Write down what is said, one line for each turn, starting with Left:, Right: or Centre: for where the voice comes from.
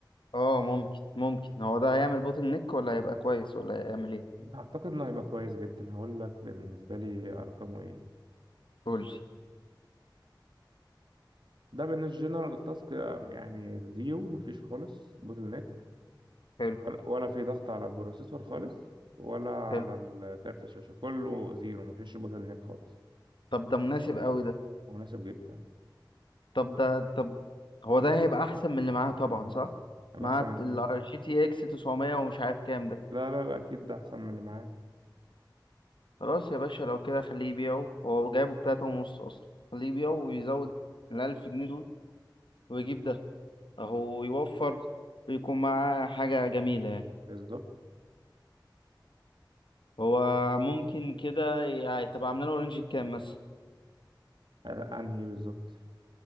Left: اه ممكن ممكن هو ده هيعمل بوتل نيك ولا هيبقى كويس ولا هيعمل ايه
Right: ده اعتقد انه هيبقى كويس جدا هقول لك بالنسبه لي ارقامه ايه
Left: قولي
Right: ده بالنسبه جنرال تاسك يعني زيرو مفيش خالص بوتل نيك
Left: حلو
Right: ولا ولا في ضغط على البروسيسور خالص ولا على
Left: حلو
Right: ال- كارت الشاشه كله زيرو مفيش بوتل نيك خالص
Left: طب ده مناسب قوي ده
Right: مناسب جدا
Left: طب ده طب هو ده هيبقى احسن من اللي معاها طبعا صح
Right: هيبقى
Left: مع
Right: احسن اه من
Left: ال جي تي اكس 900 ومش عارف كام ده
Right: لا لا لا اكيد ده احسن من اللي معاه
Left: خلاص يا باشا لو كده خليه يبيعه هو جايبه بتلاتة ونص اصلا خليه يبيعه ويزود الألف جنيه دول ويجيب ده اهو يوفر ويكون معاه حاجة جميلة يعني
Right: بالظبط
Left: هو ممكن كده يعني تبقى عاملة له رينج كام مثلا
Right: آه، انهي بالظبط